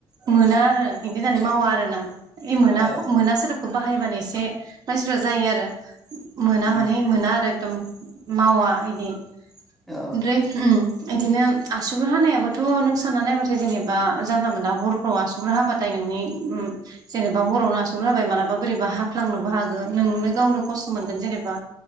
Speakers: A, on the right; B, in the centre.
A: मोना आरो इदि होननानै मावा आरो ना। ए मोनाख-
B: औ
A: मोना सोदोबखौ बाहायबानो एसे मानसिफ्रा जायो आरो मोना
B: उम
A: माने मोना आरो दम मावा इदि
B: औ
A: ओमफ्राय उम इदिनो आसुगुर हानायाबोथ' नों साना नायबाथाय जेनेबा जानला मोनला हरफ्राव आसुर हाबाथाय नोंनि उम जेनेबा हरावनो आसुर हाबाय मालाबा बोरैबा हाफ्लांनोबो हागौ नोंनो गावनो खस्थ' मोनगोन जेनेबा।